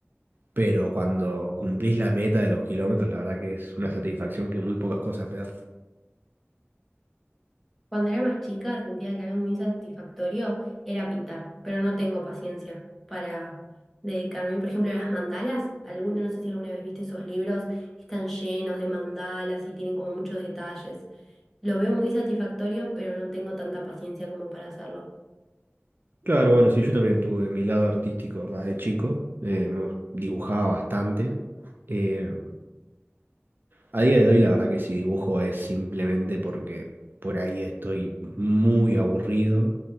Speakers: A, on the right; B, in the centre.
A: Pero cuando cumplís la meta de los kilómetros, la verdad que es una satisfacción que muy pocas cosas me da.
B: Cuando era más chica sentía que algo muy satisfactorio era pintar, pero no tengo paciencia para dedicarme. Por ejemplo, las mandalas, alguna, no sé si alguna vez viste esos libros que están llenos de mandalas y tienen como muchos detalles. Lo veo muy satisfactorio, pero no tengo tanta paciencia como para hacerlo.
A: Claro, bueno, sí, yo también tuve mi lado artístico más de chico, eh, me gust- dibujaba bastante. eh, a día de hoy la verdad que si dibujo es simplemente porque por ahí estoy muy aburrido